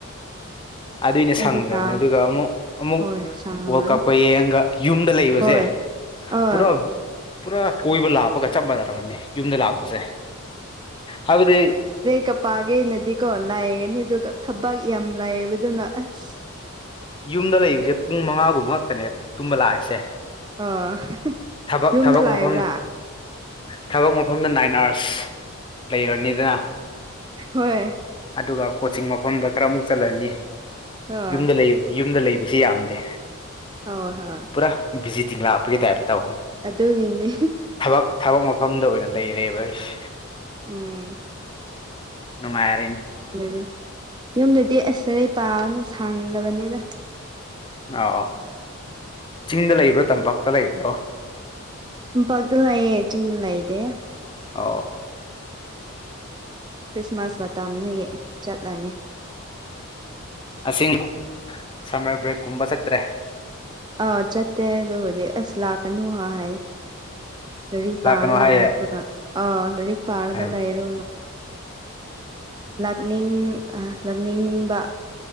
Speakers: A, on the left (about 20°); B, on the right (about 20°).
A: ꯑꯗꯨꯏꯅ
B: ꯑꯩꯗꯤ
A: ꯁꯪꯗ꯭ꯔꯕꯅꯦ
B: ꯉꯥꯎ
A: ꯑꯗꯨꯒ ꯑꯃꯨꯛ ꯑꯃꯨꯛ
B: ꯍꯣꯏ ꯁꯥꯡꯉꯝꯃꯔꯣꯏ
A: ꯋꯥꯔꯜ ꯀꯞꯀ ꯌꯦꯡꯉꯒ ꯌꯨꯝꯗ ꯂꯩꯕꯁꯦ
B: ꯍꯣꯏ ꯑꯥ
A: ꯄꯨꯔꯥ ꯄꯨꯔꯥ ꯀꯣꯏꯕ ꯂꯥꯛꯄꯒ ꯆꯞ ꯃꯥꯟꯅꯔꯕꯅꯤ ꯌꯨꯝꯗ ꯂꯥꯛꯄꯁꯦ ꯍꯥꯏꯕꯗꯤ
B: ꯀꯞ ꯄꯥꯒꯦꯅꯗꯤꯀꯣ ꯂꯥꯏꯒꯅꯤ ꯑꯗꯨꯒ ꯊꯕꯛ ꯌꯥꯝ ꯂꯥꯏꯑꯦꯕꯗꯨꯅ ꯑꯁ
A: ꯌꯨꯝꯗ ꯂꯩꯕꯁꯦ ꯄꯨꯡ ꯃꯉꯥꯒꯨꯝꯕ ꯈꯛꯇꯅꯦ ꯇꯨꯝꯕ ꯂꯥꯛꯏꯁꯦ
B: ꯑꯣ
A: ꯊꯕꯛ
B: ꯌꯨꯝꯗ
A: ꯊꯕꯛ
B: ꯂꯥꯛꯏꯕ꯭ꯔꯥ
A: ꯃꯐꯝꯗ ꯊꯕꯛ ꯃꯐꯝꯗ ꯅꯥꯏꯟ ꯑꯥꯋꯥꯔꯁ ꯂꯩꯔꯕꯅꯤꯗꯅ
B: ꯍꯣꯏ
A: ꯑꯗꯨꯒ ꯀꯣꯆꯤꯡ ꯃꯐꯝꯗ ꯈꯔꯃꯨꯛ ꯆꯠꯂꯅꯤ
B: ꯍꯣꯏ
A: ꯌꯨꯝꯗ ꯂꯩꯅꯤ ꯌꯨꯝꯗ ꯂꯩꯕꯁꯤ ꯌꯥꯝꯗꯦ
B: ꯍꯣꯏ ꯍꯣꯏ
A: ꯄꯨꯔꯥꯚꯤꯖꯤꯇꯤꯡ ꯂꯥꯛꯄꯒꯤ ꯇ ꯍꯥꯏꯕ ꯇꯧꯍꯟ
B: ꯑꯗꯨꯒꯤꯅꯤ
A: ꯊꯕꯛ ꯊꯕꯛ ꯃꯐꯝꯗ ꯑꯣꯏꯅ ꯂꯩꯔꯦꯕ ꯑꯩꯁꯦ
B: ꯎꯝ
A: ꯅꯨꯡꯉꯥꯏꯔꯅꯦ
B: ꯑꯗꯨ ꯌꯨꯝꯗꯗꯤ ꯑꯁꯔꯩ ꯄꯥꯅ ꯁꯥꯡꯗꯕꯅꯤꯗ
A: ꯑꯥ ꯑ ꯆꯤꯡꯗ ꯂꯩꯕ꯭ꯔꯣ ꯇꯝꯄꯥꯛꯇ ꯂꯩꯕ꯭ꯔꯣ
B: ꯄꯥꯛꯗ ꯂꯌꯦꯦ ꯆꯤꯡ ꯂ ꯏꯗꯦ
A: ꯑꯧ
B: ꯈ꯭ꯔꯤꯁꯃꯥꯁ ꯃꯇꯝꯅ ꯍ ꯆꯠꯂꯅꯤ
A: ꯑꯁꯤ ꯁꯝꯃꯔ ꯕ꯭ꯔꯦꯛꯀꯨꯝꯕ ꯆꯠꯇ꯭ꯔꯦ
B: ꯑꯥ ꯆꯠꯇꯦ ꯑꯗꯨꯕꯨꯗꯤ ꯑꯁ ꯂꯥꯛꯀꯅꯨ ꯍꯥꯏ ꯍꯥꯏ ꯂꯥꯏꯔꯤꯛ
A: ꯂꯥꯛꯀꯅꯨ
B: ꯄꯥꯔꯒ
A: ꯍꯥꯏꯌꯦ
B: ꯂꯥꯛꯔꯣꯅ ꯑꯥ ꯂꯥꯏꯔꯤꯛ ꯄꯥꯔꯒ
A: ꯎꯝ
B: ꯂꯥꯛꯔꯣꯅ ꯂꯥꯛꯅꯤꯡ ꯂꯥꯛꯅꯤꯡꯕ